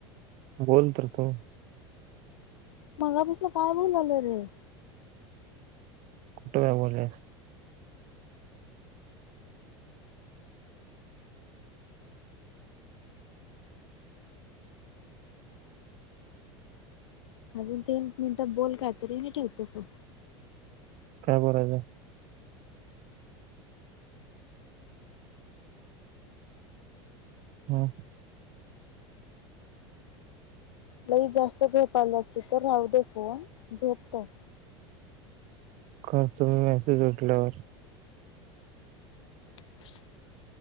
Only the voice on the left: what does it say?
मगापसून काय बोलाल्या रे?
अजून तीन मिनिटात बोल काय तरी मी ठेवतो फोन.
लई जास्त झोप आला असत तर राहु दे फोन झोपतो.
<inaudible>